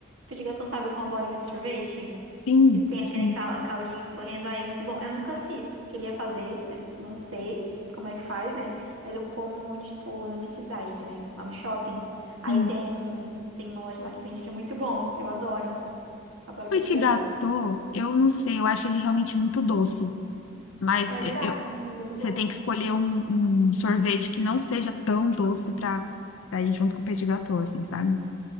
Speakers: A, on the right; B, on the left.
A: Petit gâteau, sabe, com a bolinha de sorvete?
B: Sim,
A: Que tem aquele
B: sim,
A: cal- caldinho escorrendo. Ai, é muito bom. Eu nunca fiz. Queria fazer, mas não sei como é que faz, né? Mas eu como, tipo, na minha cidade, né? Lá no shopping. Aí
B: sim.
A: tem, tem uma loja lá que vende que é muito bom. Eu adoro. Adoro
B: Petit
A: petit gâteau.
B: gâteau, eu não sei. Eu acho ele realmente muito doce. Mas
A: É
B: é,
A: verdade,
B: eu,
A: ele é bem
B: Você
A: doce.
B: tem que escolher um, um sorvete que não seja tão doce pra, pra ir junto com o petit gâteau, assim, sabe?